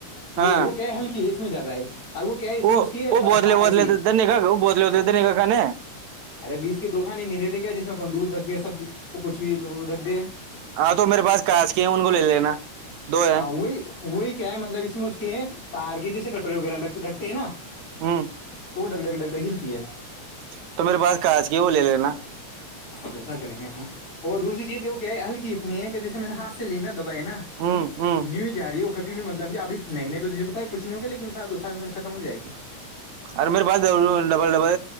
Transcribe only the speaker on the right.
ہاں
وہ
وہ بتل
بتل
تھ دن کا گ وہ بے ب د نہیں کا ک ن
ہاں تو میرے پاس کانچ کی ہیں ان کو لے لینا دو ہے
ہوں
<inaudible> تو میرے پاس کاج کی وہ لے لینا
ہوں ہوں
ارے میرے پاس ڈبل ڈبل